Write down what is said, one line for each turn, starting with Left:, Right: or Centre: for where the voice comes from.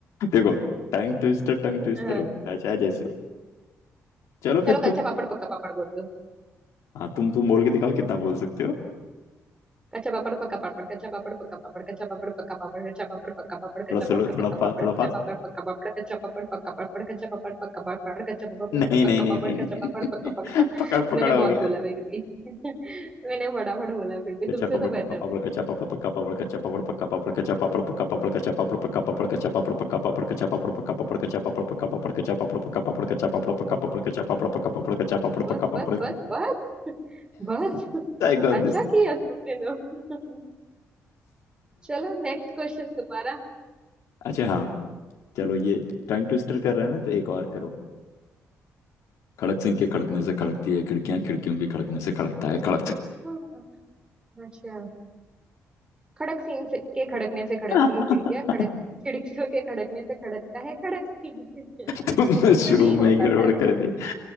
Left: देखो टंग ट्विस्टर टंग ट्विस्टर
Right: हाँ,
Left: होता है चाहे जैसे हो चलो फिर
Right: चलो कच्चा
Left: तुम
Right: पापड़ पक्का पापड़ बोल दो
Left: हाँ तुम तुम बोल के दिखाओ कितना बोल सकते हो
Right: कच्चा पापड़ पक्का पापड़ कच्चा पापड़ पक्का पापड़ कच्चा पापड़ पक्का पापड़ कच्चा पापड़ पक्का पापड़
Left: थोड़ा
Right: कच्चा
Left: स्लो
Right: पापड़
Left: थोड़ा फास्ट थोड़ा फास्ट
Right: पक्का पापड़ कच्चा पापड़ पक्का पापड़ कच्चा पापड़ पक्का पापड़ कच्चा पापड़
Left: नहीं
Right: पक्का
Left: नहीं नहीं
Right: पापड़ कच्चा पापड़ पक्का पापड़
Left: नहीं नहीं
Right: कच्चा पापड़
Left: नहीं।
Right: पक्का पापड़
Left: <laughs> पकड़ पकड़
Right: मैंने
Left: हो
Right: बहुत
Left: गया।
Right: बोला फिर भी मैंने फटाफट बोला फिर भी तुमसे
Left: कच्चा पापड़
Right: तो बेहतर
Left: पक्का पापड़ कच्चा पापड़ पक्का पापड़ कच्चा पापड़ पक्का पापड़ कच्चा पापड़ पक्का पापड़ कच्चा पापड़ पक्का पापड़ कच्चा पापड़ पक्का पापड़ कच्चा पापड़ पक्का पापड़ कच्चा पापड़ पक्का पापड़ कच्चा पापड़ पक्का
Right: ओ,
Left: पापड़
Right: ओ,
Left: कच्चा पापड़ पक्का पापड़ कच्चा पापड़ पक्का
Right: ओ,
Left: पापड़
Right: ओ,
Left: कच्चा पापड़ पक्का
Right: बस
Left: पापड़
Right: बस बस बस बस
Left: I got
Right: अच्छा
Left: this
Right: किया तुमने तो चलो नेक्स्ट क्वेश्चन तुम्हारा
Left: अच्छा हाँ चलो ये टंग ट्विस्टर कर रहे हैं ना तो एक और करो खड़क सिंह के खड़कने से खड़कती है खिड़कियां खिड़कियों के खड़कने से खड़कता है खड़क सिंह
Right: हाँ, अच्छा खड़क सिंह से के खड़कने से खड़कती
Left: <laughs>
Right: है खिड़कियां खड़क खिड़कियों के खड़कने से खड़कता है खड़क सिंह <laughs>
Left: तुमने
Right: उसे
Left: शुरू
Right: नहीं
Left: में
Right: हो
Left: ही गड़बड़
Right: पाता
Left: कर
Right: है
Left: दी